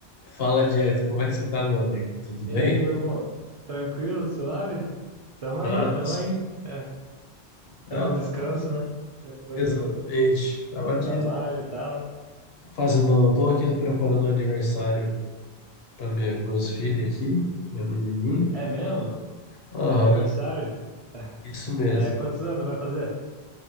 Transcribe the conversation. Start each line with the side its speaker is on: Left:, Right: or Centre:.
Left: Fala, Jeff, como é que você tá, meu amigo? Tudo bem?
Right: E aí, meu bom? Tranquilo, suave? Tamo aí,
Left: Ah,
Right: tamo
Left: tô só...
Right: aí. É,
Left: Ah,
Right: dando
Left: eu
Right: um
Left: tava
Right: descanso,
Left: aqui.
Right: né? Depois
Left: Exatamente.
Right: do,
Left: Tava
Right: do
Left: aqui
Right: trabalho e tal.
Left: fazendo, tô aqui preparando o aniversário para meus filhos aqui, minha menininha.
Right: É mesmo?
Left: Aham,
Right: Aniversário? <laughs>
Left: isso mesmo.
Right: É, quantos anos vai fazer?